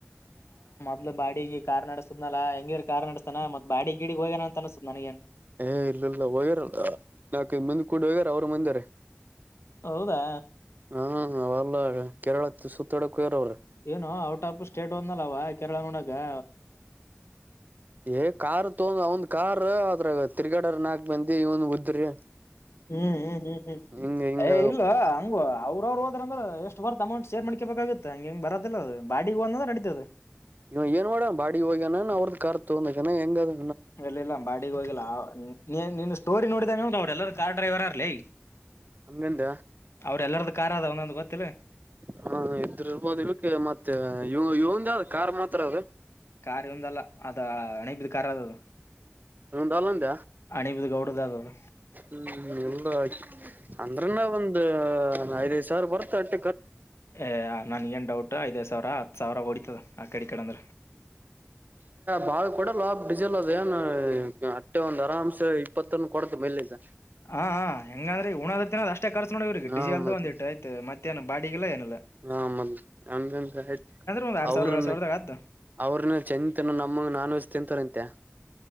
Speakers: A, on the left; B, on the right.
A: ದ್ಲ ಬಾಡಿಗೆ ಕಾರ್ ನಡಸ್ತದ್ನಲ್ಲಾ ಹೆಂಗೀರ ಕಾರ್ ನಡಸ್ತಾನ ಮತ್ ಬಾಡಿಗ್ ಗಿಡಗ್ ಹೋಗ್ಯನ ಅನಸ್ತತ್ ನನಗೇನ್.
B: ಏ ಇಲ್ಲ ಇಲ್ಲ ಹೋಗ್ಯಾರಲ್ಲ ನಾಕ ಐದ್ಮಂದಿ ಕೂಡ ಹೋಗ್ಯಾರ ಅವ್ರ ಮಂದಾರೆ
A: ಹೌದಾ
B: ಹಾ ಹವಲ್ದಾಗ ಕೇರಳ ತು ಸುತ್ತೋಡ್ಯಾಕ ಹೋಗ್ಯಾರ್ ಅವ್ರ್
A: ಏನೋ ಔಟ್ ಆಫ್ ಸ್ಟೇಟ್ ಹೋದ್ನಲ್ಲವ ಕೇರಳ ನೋಡಗಾ
B: ಏ ಕಾರ್ ತೋಗೋಂದ್ ಅವಂದ್ ಕಾರ್ ಅದ್ರಾಗ ತಿರ್ಗಡಾರ್ ನಾಲ್ಕ್ ಮಂದಿ ಇವ್ನ್ ಉದ್ರಿ
A: ಹ್ಮ್ ಹ್ಮ್ ಹ್ಮ್ ಹ್ಮ್
B: ಹಿಂಗ ಹಿಂಗ
A: ಏ ಇಲ್ವಾ ಹಂಗುವ ಅವ್ರ ಅವರು ಹೋದ್ರ ಎಷ್ಟ ಬರ್ ಅೌಂಟ್ ಶೇ ಮಾಡಕೇಬೇಕಾಗೆ ಹಗೆಂಗ ಬರದಿಲ್ಲ ಅ ಬಾಿಗೆ ಹೋದಂದ್ರೆ ನಡಿತತದ
B: ಇವ ಏನ್ ಮಾಡಣ ಬಾಡಿ ಹೋಗ್ಯನ ಅವ್ರದ್ದ ಕಾರ್ ತಂದ ಜನ ಹೆಂಗ ಅದ
A: ಇಲ್ಲ ಇಲ್ಲ ಬಾಡಗ್ ಹೋಗಿಲ್ಲ ನೀ ನೀನ್ ಸ್ಟೋರಿ ನೋಡಿದಂಗ ಅವ್ರಿ ಎಲ್ಲಾರೂ ಕಾರ್ ಡ್ರೈವರ ಅರ್ಲಿೀ
B: ಹಂಗಂದ
A: ಅವ್ರ ಎಲ್ಲಾರ್ದ ಕಾರಾರ್ ಅದ ಒಂದೊಂದು ಗೊತ್ತ
B: ಹಾ ಇದ್ರಿರ್ಬೋದು ಇಕ್ಕೆ ಮತ್ತೆ ಇ ಇವಂದ ಯಾವ ಕಾರ್ ಮಾತ್ರ ಅದ
A: ಕಾರ್ಯ ಒಂದಲ್ಲ ಅದ ಅಣಿಬಿದ್ ಕಾರ್ ಅದದು
B: ಒಂದುಲ್ಲಂತ
A: ಅಣಿಬಿದ್ ಗೌಡದ ಅದದು
B: ಹ್ಮ್ ಎಲ್ ಅಂದ್ರನ ಒಂದ ಐದ ಸರ್ ಬರ್ತಾಟ್ಟ
A: ಏ ನನ್ಗಏನ್ ಡೌಟ್ ಐದೈ್ ಸಾವಿರ ಹತ್ ಸಾವಿರ ಹೊಡಿತದ ಕಡೆ ಈ ಕಡೆ ಅಂದ್ರ
B: ಬಾಗ ಕೂಡ ಲಾ ಡಿಜಲ್ ಅದ ಏನು ಮೆ ಒಂದು್ ಆರಾಮ್ಸ ಇಪ್ಪತ್ತನ್ನು ಕೊಡತು ಮೆಲ್ಲಿಸ
A: ಹಾ ಹೆಂಗಂದ್ರೆ ಉಣದ ತಿನದ ಅಷ್ಟ್ ಷ್ಟ ಕರ್ಸ ನೋಡವ್ರ
B: ಹಾ
A: ಡಿಸೀಲ್ದು
B: ಮತ್
A: ಒಂದ ಇಟ್ಟ ಆಯ್ ಮತ್ತೇಏ ಬಾಡಿಲ್ಲ ಏನಲ್ಲ
B: ಹ ಮದ್ ನಮಗೆಂದ ಆಯ್ತು
A: ಒಂದ್ ಎರಡ್
B: ಅವ್ರನ್ನ
A: ಸಾವಿರ ಏಳ್ ಸಾವಿರದಾಗ ಆದ್ದು
B: ಅವ್ರನ್ನ ಚಂದ ತಿ ನಮ್ಮ ನಾನ್ ವೆಜ್ ತಿಂತಾರಂತೆ